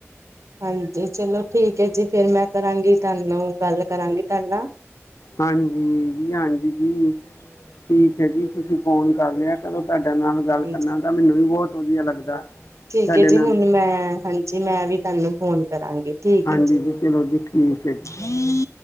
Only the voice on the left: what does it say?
ਹਾਂਜੀ ਜੀ ਹਾਂਜੀ ਜੀ। ਠੀਕ ਹੈ ਜੀ ਤੁਸੀਂ ਫੋਨ ਕਰ ਲਿਆ ਕਰੋ ਤੁਹਾਡੇ ਨਾਲ ਗੱਲ
ਕਰਨਾ ਤਾਂ ਮੈਨੂੰ ਵੀ ਬਹੁਤ ਵਧੀਆ ਲੱਗਦਾ।
ਤੁਹਾਡੇ
ਨਾਲ
ਹਾਂਜੀ
ਜੀ ਚਲੋ ਜੀ ਠੀਕ ਹੈ ਜੀ। <unintelligible>